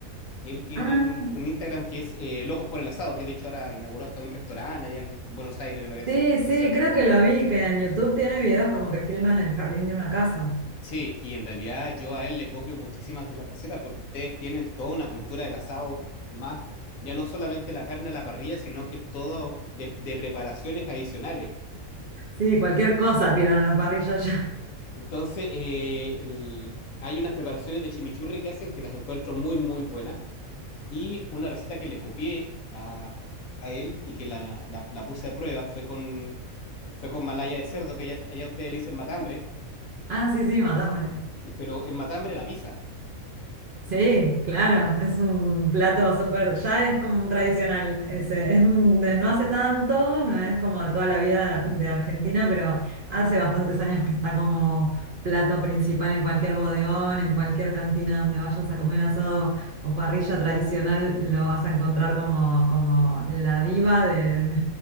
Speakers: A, on the left (about 70°); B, on the right (about 45°).
A: él tiene
B: Ah,
A: un, un Instagram que es eh, Locos por el Asado, que de hecho ahora inauguró hasta un restaurante allá en Buenos Aires, me parece,
B: sí,
A: o sea,
B: sí,
A: cerca.
B: creo que lo vi, que en YouTube tiene videos como que filman el jardín de una casa.
A: Sí, y en realidad yo a él le copio muchísimas de las recetas porque ustedes tienen toda una cultura del asado más, ya no solamente la carne a la parrilla, sino que todo de de preparaciones adicionales.
B: Sí, cualquier cosa tiran a la parrilla ya. <laughs>
A: Entonces, eh, el- hay unas preparaciones de chimichurri que hacen que las encuentro muy, muy buenas. Y una receta que le copié a, a él y que la, la- la puse a prueba fue con, fue con malaya de cerdo, que allá, allá ustedes le dicen matambre,
B: Ah, sí, sí, matame.
A: y- pero el matambre a la pizza.
B: Sí, claro, es un plato súper, ya es como un tradicional, ese, es un- de no hace tanto, no es como de toda la vida de, Argentina, pero hace bastantes años que está como plato principal en cualquier bodegón, en cualquier cantina donde vayas a comer asado o parrilla tradicional, lo vas a encontrar como, como la diva de,